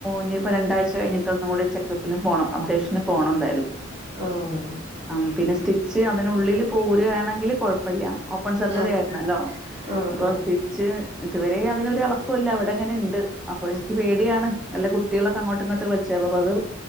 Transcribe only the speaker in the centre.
ഇനിപ്പോ രണ്ടാഴ്ച കഴിഞ്ഞിട്ട് ഒന്നും കൂടി ചെക്ക്പ്പ് പിന്നെ പോണം അപ്ഡേഷന് പോണം എന്തായാലും
ആ പിന്നെ സ്റ്റിച്ച് അതിനള്ളില് പോരു വയാണെങ്കില് കുഴപ്പില്ല ഓപ്പൺ സർജറി
ആയിരുന്നല്ലോ
ഇപ്പൊ
സ്റ്റിച്ച് ഇതുവരെ അതിനൊരു അളക്കം ഇല്ല അവിടെ അങ്ങനെ ഉണ്ട് അപ്പൊ എനിക്ക് പേടിയാണ് നല്ല കുട്ടികളൊക്കെ അങ്ങോട്ടും ഇങ്ങോട്ട് വലിച്ചത് അപ്പ അത്